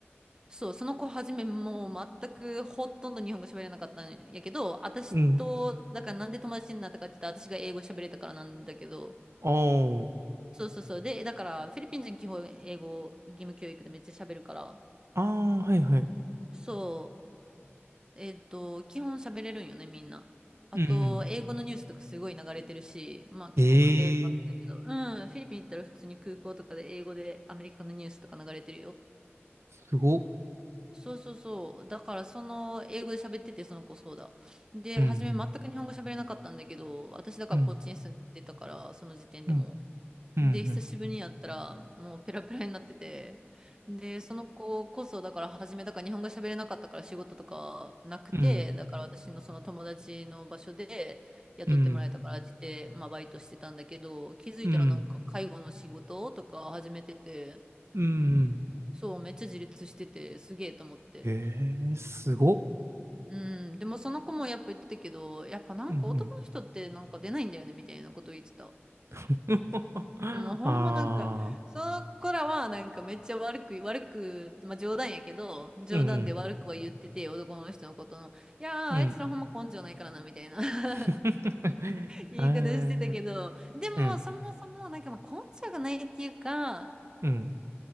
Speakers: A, on the right; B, on the right.
A: そう、その子はじめもう全くほとんど日本語喋れなかったんやけど、私と、
B: うん。
A: だからなんで友達になったかって言ったら私が英語喋れたからなんだけど、
B: あ
A: そうそうそう。で、だからフィリピン人基本英語義務教育でめっちゃ喋るから、
B: あ。ああ、はいはい。
A: そう、えっと、基本喋れるんよね、みんな。あと、
B: うんうん。
A: 英語のニュースとかすごい流れてるし、まあ結構偏りはあったけど、
B: ええ
A: うん、フィリピン行ったら普通に空港とかで英語でアメリカのニュースとか流れてるよ。
B: すごっ。
A: そうそうそう。だから、その、英語で喋ってて、その子そうだ。で、
B: うん、
A: 初め全く日本語喋れなかったんだけど、私だからこっちに住んでたから、
B: うん、
A: その時点でも。
B: うん、うん、
A: で、
B: うん、
A: 久しぶりにやったら、もうペラペラになってて。で、その子こそ、だから初め、だから日本語喋れなかったから仕事とかなくて、
B: うん、
A: だから私のその友達の場所で雇ってもらえたからって言って、
B: うん、
A: まあバイトしてたんだけど、気づいたらなんか介護の仕事とか始めてて、
B: うん。うん
A: そう、めっちゃ自立してて、すげえと思って。
B: ええ、すごっ。
A: うん、でもその子もやっぱ言ってたけど、やっぱなんか男の人ってなんか出ないんだよねみたいなことを言ってた。
B: うん、うん。<laughs> ああ、
A: もうん、ほんまなんか、その子らはなんかめっちゃ悪く、悪く、まあ冗談やけど、冗談で悪くは言ってて、
B: うん、
A: 男の人のことの、いやー、
B: うん、
A: あいつらほんま根性ないからな、
B: うん。
A: みたいな <laughs>
B: <laughs>
A: 言い方してたけど、
B: あー
A: でもそもそもなんかまあ根性がないっていうか、
B: うん、うん、